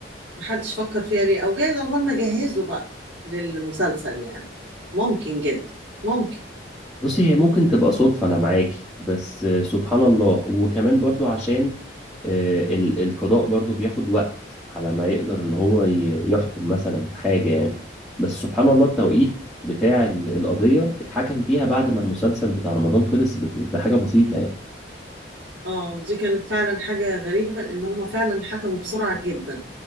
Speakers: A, on the right; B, in the centre.
A: ما حدش فكر فيها ليه أو جايز عقبال ما جهزوا بقى للمسلسل يعني ممكن جدا ممكن
B: بصي هي ممكن تبقى صدفة أنا معاكي بس آه، سبحان الله وكمان برضو عشان آه، ال- القضاء برضو بياخد وقت على ما يقدر إن هو ي- يحكم مثلا في حاجة يعني بس سبحان الله التوقيت بتاع ال- القضية اتحكم فيها بعد ما المسلسل بتاع رمضان خلص ب- بحاجة بسيطة يعني
A: اه دي كانت فعلا حاجة غريبة إن هم فعلا حكموا بسرعة جدا